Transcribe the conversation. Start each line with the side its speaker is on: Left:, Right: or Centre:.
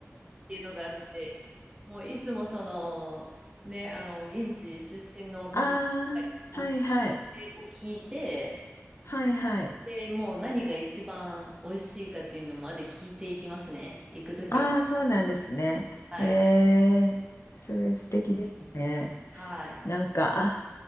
Right: ていうのがあるので、もういつもその、ね、あの、現地出身の友達
Left: ああ、
Right: におすす
Left: はい、はい、
Right: めを聞いて、
Left: はい、はい。
Right: で、もう何が一番美味しいかっていうのまで聞いていきますね。行くときは。
Left: ああ、そうなんですね。
Right: はい。
Left: えー、それ素敵ですね。
Right: はい。
Left: なんか、あ